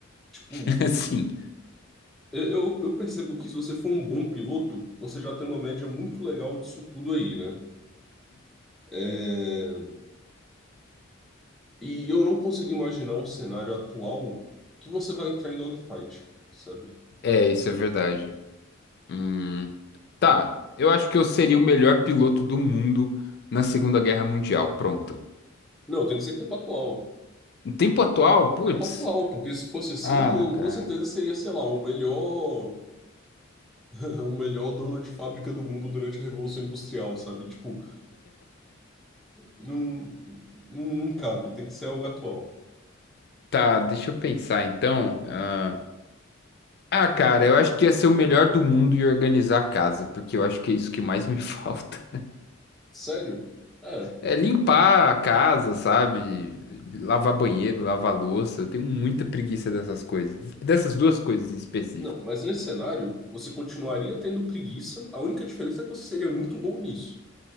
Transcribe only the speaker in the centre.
Tipo,
eu, eu eu percebo que se você for um bom piloto, você já tem uma média muito legal disso tudo aí, né? É. E eu não consigo imaginar um cenário atual que você vai entrar em dogfight, sabe?
Não, tem que ser tempo atual.
Tempo atual, porque se fosse assim,
eu
com certeza seria, sei lá, o melhor, <laughs> o melhor dono de fábrica do mundo durante a Revolução Industrial, sabe? Tipo, não, não, não cabe, tem que ser algo atual.
Sério? É.
Não, mas nesse cenário, você continuaria tendo preguiça, a única diferença é que você seria muito bom nisso